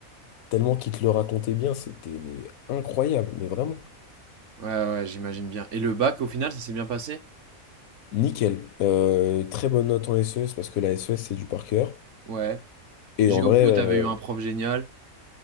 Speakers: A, on the left; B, on the right.
A: Tellement qu'il te le racontait bien, c'était mais incroyable, mais vraiment.
B: Ouais, ouais, j'imagine bien. Et le bac, au final, ça s'est bien passé
A: Nickel. Euh, très bonne note en SES parce que la SES, c'est du par cœur.
B: Ouais.
A: Et
B: Géopo,
A: en vrai, euh,
B: t'avais eu un prof génial.